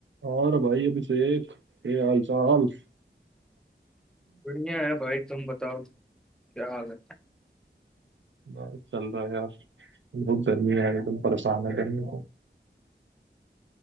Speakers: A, on the right (about 85°); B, in the centre.
A: और भाई अभिषेक ये हाल चाल
B: बढ़िया है भाई तुम बताओ क्या हाल है
A: बस चल रहा है यार बहुत गर्मी है यार एकदम परेशान है गर्मी को